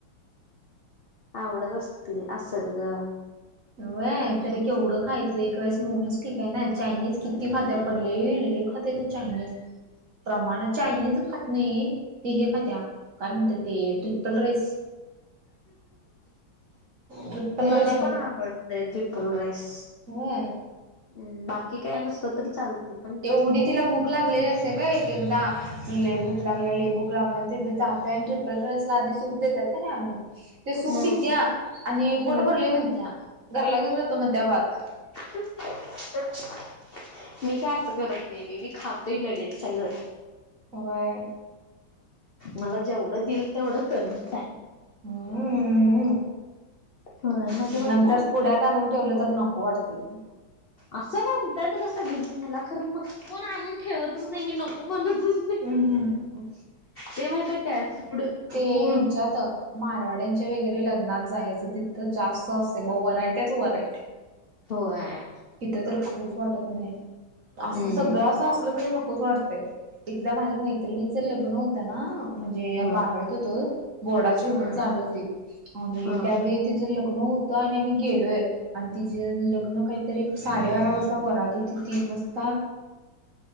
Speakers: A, on the left; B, on the right.
A: आवडत असतील असंल ग
B: व्हय, तरी केवढं खायचं एक वेळेस मोमोज ठीक आहे ना, चायनीज किती खात्यात पण लई, लई खात्या ती चायनीज. प्रमाण चायनीज खात नाही ते हे खात्या काय म्हणत्यात ते ट्रिपल राईस ट्रिप्पल
A: मला
B: राईस
A: पण आवडतयं ट्रिपल राईस.
B: व्हयं
A: हम्म बाकी काय नसतं तरी चालते. पण
B: एवढी तिला भूक लागलेली असे का एक, एकदा कि अं भुक लागलेली, भुक लागलंन तिथे जातंय आणि ट्रिपल राईस ला आधी सूप देतात का नाही आणून ते सूप
A: हम्म
B: पित्या आणि पोट
A: हम
B: भरले म्हणत्या, घरला घेऊन जातो म्हणत्या भात
A: <inaudible> मी काय असं करत नाही बी मी खातेय लगेच सगळं.
B: होय
A: मला जेवढं दिलं, तेवढं कमीच आहे
B: <unintelligible>
A: होय मग
B: नंतर पुढ्यात आणून ठेवलं तर नको वाटते ते
A: असं म्हणतात कसं गजून मला खरं मग कोण आणून ठेवतच नाही मी नको म्हणतच नाही
B: हम् हम्म
A: ते माहितीये काय फूड
B: ते
A: फूड
B: ह्यांच्यात मारवाड्यांच्या वगैरे लग्नात जायचं तिथं जास्त असते मग वरायट्याच वरायट्या
A: होय
B: तिथ तर खाऊच वाटत नाही असं
A: हम्म
B: सगळं असं असलं तरी नकोच वाटतंय. एकदा माझ्या मैत्रिणीचं लग्न होतं ना म्हणजे
A: हा
B: बारावीत होतो बोर्डाचे
A: हा
B: पेपर चालू होते आणि
A: हा
B: त्यावेळी तिचं लग्न होतं आणि आम्ही गेलोय आणि तिचेे लग्न काहीतरी साडेबारा वाजता वरात होती तीन वाजता